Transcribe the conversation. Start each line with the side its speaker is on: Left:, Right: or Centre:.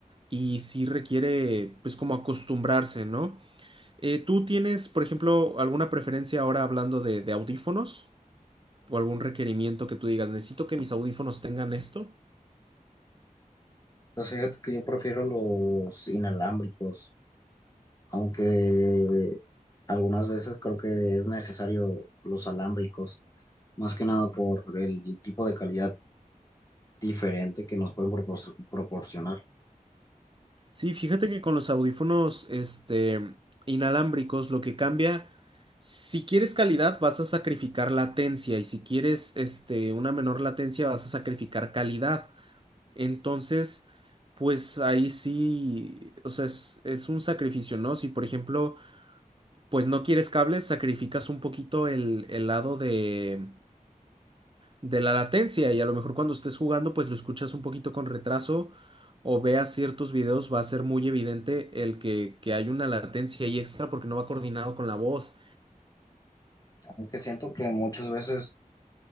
Right: y sí requiere pues como acostumbrarse, ¿no? Eh, ¿tú tienes, por ejemplo, alguna preferencia ahora hablando de, de audífonos o algún requerimiento que tú digas, necesito que mis audífonos tengan esto?
Left: Pues fíjate que yo prefiero los inalámbricos, aunque algunas veces creo que es necesario los alámbricos. más que nada por el tipo de calidad diferente que nos pueden propor- proporcionar.
Right: Sí, fíjate que con los audífonos este, inalámbricos lo que cambia, si quieres calidad vas a sacrificar latencia y si quieres este, una menor latencia vas a sacrificar calidad. Entonces, pues ahí sí, o sea, es, es un sacrificio, ¿no? Si por ejemplo... pues no quieres cables, sacrificas un poquito el, el lado de, de la latencia y a lo mejor cuando estés jugando, pues lo escuchas un poquito con retraso o veas ciertos videos, va a ser muy evidente el que, que hay una latencia ahí extra porque no va coordinado con la voz.
Left: Aunque siento que muchas veces